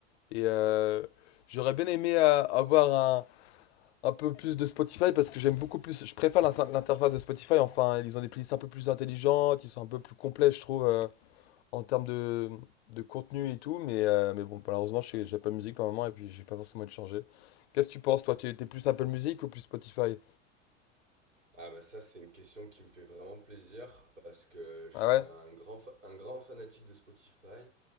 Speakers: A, on the left; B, on the right.
A: Et euh, j'aurais bien aimé euh, avoir un, un peu plus de Spotify parce que j'aime beaucoup plus, je préfère l'in- l'interface de Spotify. Enfin, ils ont des playlists un peu plus intelligentes, ils sont un peu plus complets, je trouve, euh, en termes de, de contenu et tout. Mais, euh, mais bon, malheureusement, je suis- pas musique en moment et puis j'ai pas forcément envie de changer. Qu'est-ce que tu penses, toi? Tu es plus Apple Music ou plus Spotify?
B: Ah bah ça c'est une question qui me fait vraiment plaisir parce que je
A: Ah
B: suis
A: ouais?
B: un grand fa- un grand fanatique de Spotify